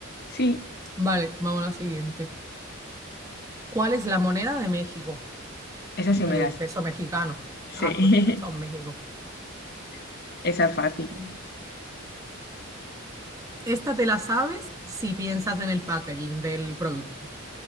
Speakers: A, on the left; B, on the right.
A: Sí,
B: Vale, vamos a la siguiente. ¿Cuál es la moneda de México?
A: esa sí
B: el
A: me das.
B: peso mexicano.
A: Sí,
B: Ah, por tu has estado en México.
A: <laughs> esa es fácil.
B: Mm. Esta te la sabes si piensas en el packaging del producto.